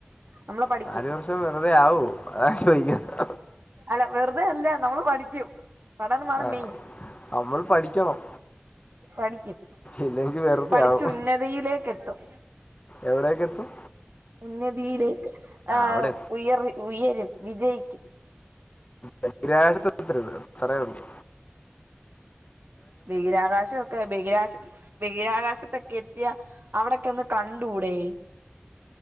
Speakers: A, on the right; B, on the left.
A: നമ്മള് പഠിക്കും
B: നല് വർഷം വെറുതെ ആവോ? അതാ ഞാൻ ചോയിക്കുന്നെ
A: അല്ല വെറുതെ അല്ല നമ്മള് പഠിക്കും പഠനമാണ്
B: ആഹ്
A: മെയിൻ
B: അമ്മള് പഠിക്കണം.
A: പഠിക്കും
B: ഇല്ലെങ്കി വെറുതെ
A: പഠിച്ച്
B: ആവും
A: ഉന്നതിയിലേക്ക് എത്തും
B: എവിടെക്കെത്തും
A: ഉന്നതിയിലേക്ക് ആഹ്
B: അവിടെ
A: ഉയറ് ഉയരും വിജയിക്കും
B: ബഹിരാകാശത്തെതര്ത് അത്രേയൊള്ളൂ
A: ബീഹിരാകാശം ബഹിരാശ ബഹിരാകാശത്തൊക്കെ ത്തിയാ അവിടൊക്കെ ഒന്ന് കണ്ടൂടെ?